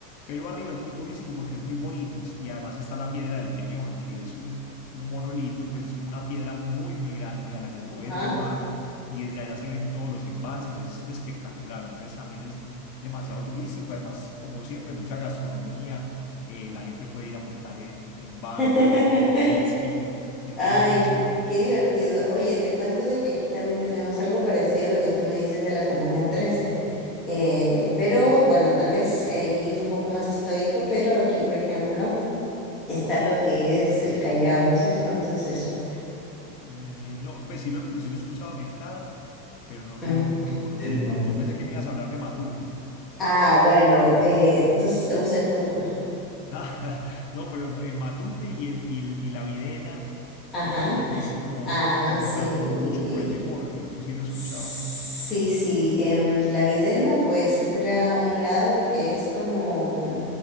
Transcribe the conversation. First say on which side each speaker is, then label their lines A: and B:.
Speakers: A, on the left; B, in the centre.
A: pero arriba es muy turístico porque es muy bonito y además está la piedra del Peñol, que es un, un monolito, pues es como una piedra muy muy grande a la que se puede
B: Ajá.
A: trepar y desde allá se ven todos los embalses, es espectacular, entonces también es demasiado turístico, además como siempre mucha gastronomía, eh, la gente puede ir a montar en, en barco,
B: <laughs>
A: en jet ski, entonces
B: Ay,
A: es muy chévere.
B: qué divertido. Oye, te cuento de que aquí también tenemos algo parecido a lo que tú me dices de la Comuna Trece. Eh, pero bueno, tal vez ahí es un poco más histórico, pero aquí, por ejemplo, está lo que es el Callao. No sé si conoces eso.
A: Eh, no, pues sí lo, he cu- sí lo he escuchado mentar, pero no lo,
B: Mm.
A: no lo conocía.
B: Eh, no.
A: Yo pensé que me ibas a hablar de Matute.
B: Ah, bueno, eh, entonces te gusta el fútbol.
A: Ah, <laughs> No, pero en, en Matute y, el, y, el- y la Videna,
B: Ajá.
A: que también es como
B: Ah,
A: que se
B: sí.
A: transformó mucho por el deporte, eso sí lo he escuchado
B: Sí,
A: mucho.
B: sí, em, la Videna pues era un lado que es como, mm,